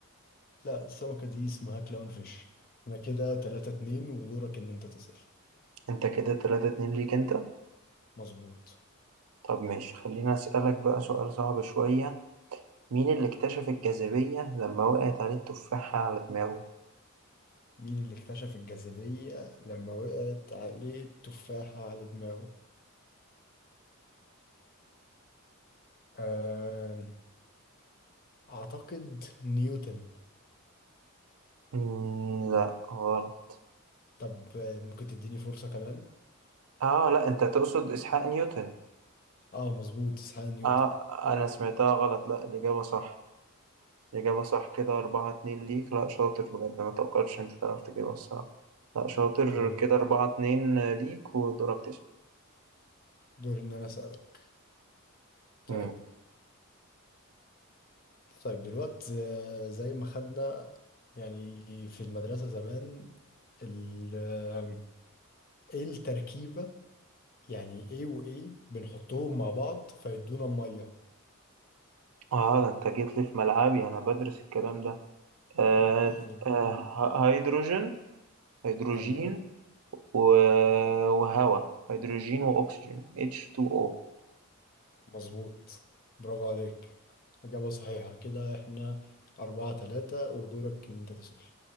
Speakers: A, on the left (about 40°); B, on the right (about 75°).
A: لا السمكة دي اسمها كلاون فيش احنا كده 3 2 ودورك ان انت تسأل
B: أنت كده تلاتة اتنين ليك أنت
A: مظبوط
B: طب ماشي خليني أسألك بقى سؤال صعب شوية مين اللي اكتشف الجاذبية لما وقعت عليه التفاحة على دماغه؟
A: مين اللي اكتشف الجاذبية لما وقعت عليه التفاحة على دماغه؟ أم، أعتقد نيوتن
B: مم لا غلط
A: طب آه، ممكن تديني فرصة كمان؟
B: آه لا أنت تقصد إسحاق نيوتن
A: اه مظبوط اسحاق نيوتن
B: آه أنا سمعتها غلط لا الإجابة صح إجابة صح كده أربعة اتنين ليك لأ شاطر بجد ما توقعتش أنت تعرف تجيبها الصراحة لأ شاطر
A: كويس
B: كده أربعة اتنين ليك ودورك تسأل
A: دوري إن أنا أسألك طيب
B: مم.
A: طيب دلوقتي آه، زي ما خدنا يعني في المدرسة زمان ال آم، ايه التركيبة يعني ايه وايه بنحطهم مع بعض فيدونا مية
B: اه ده انت جيت لي في ملعبي انا بدرس الكلام ده آه
A: يعني
B: آه ه- هيدروجين هيدروجين
A: تمام
B: و... وهواء هيدروجين واكسجين H2O
A: مظبوط برافو عليك إجابة صحيحة كده إحنا أربعة تلاتة ودورك إن أنت تسأل